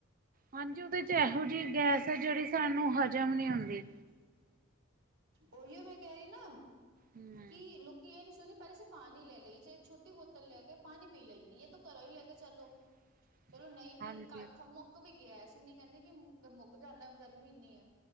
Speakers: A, on the right; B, on the right.
A: ਹਾਂਜੀ। ਉਹਦੇ ਚ ਇਹੋ ਜਿਹੀ ਗੈਸ ਹੈ ਜਿਹੜੀ ਸਾਨੂੰ ਹਜ਼ਮ ਨਹੀ ਹੁੰਦੀ।
B: <unintelligible> ਉਹੀ ਓ ਮੈਂ ਕਹਿ ਰਹੀ ਨਾ
A: ਹਮ।
B: ਕੀ ਲ ਕੀ ਇਹ ਨੀ ਸੋਚੋ ਪਹਿਲੇ ਅਸੀ ਪਾਣੀ ਲੈ ਲਈਏ, ਚਾਹੇ ਛੋਟੀ ਬੋਤਲ ਲੈ ਕੇ ਪਾਣੀ ਪੀ ਲਈਏ ਜਾਂ ਤਾਂ ਘਰੋਂ ਹੀ ਤਾਂ ਘਰੋ ਈ ਲੈ ਕੇ ਚਲੋ।
A: <inaudible>
B: ਚਲੋ, ਨਹੀਂ ਵੀ
A: ਹਾਂਜੀ
B: ਕ ਮੁੱਕ ਵੀ ਗਿਆ। ਅਸੀਂ ਨੀ ਕਹਿੰਦੇ ਕਿ ਮੁੱਕ ਜਾਂਦਾ ਗਰਮੀ ਇੰਨੀ ਐ।